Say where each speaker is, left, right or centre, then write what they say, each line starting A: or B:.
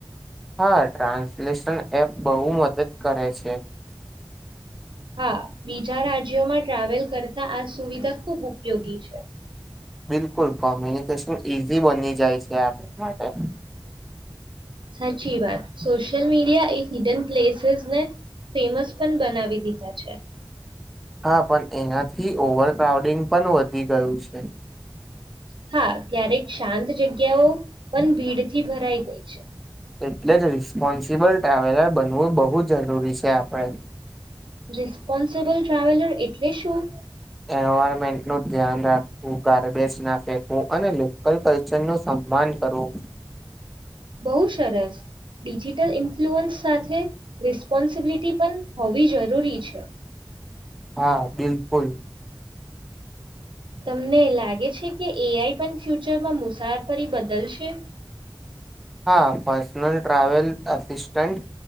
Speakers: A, in the centre; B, on the right.
A: હા ટ્રાન્સલેશન એપ બહુ મદદ કરે છે.
B: હા. બીજા રાજ્યોમાં ટ્રાવેલ કરતાં આ સુવિધા ખૂબ ઉપયોગી છે.
A: બિલકુલ કોમ્યુનિકેશન ઈઝી બની જાય છે આપ માટે.
B: સાચી વાત સોશિયલ મીડિયા એ હિડન પ્લેસીસને ફેમસ પણ બનાવી દીધા છે.
A: હા, પણ એનાથી ઓવર ક્રાઉડિંગ પણ વધી ગયું છે.
B: હા, ક્યારેક શાંત જગ્યાઓ પણ ભીડથી ભરાઈ ગઈ છે.
A: એટલે જ રિસ્પોન્સિબલ ટ્રાવેલર બનવું બહુ જ જરૂરી છે આપણે.
B: રિસ્પોન્સબલ ટ્રાવેલર એટલે શું?
A: એન્વાયરમેન્ટનું ધ્યાન રાખવું, ગાર્બેજ ના ફેંકવું અને લોકલ કલ્ચરનું સન્માન કરવું.
B: બહુ સરસ ડિજિટલ ઇન્ફ્લુઅન્સ સાથે રિસ્પોન્સિબિલિટી પણ હોવી જરૂરી છે.
A: હા બિલકુલ.
B: તમને લાગે છે કે એ આઈ પણ ફ્યુચરમાં મુસાફરી બદલશે?
A: હા, પર્સનલ ટ્રાવેલ અસિસ્ટન્ટ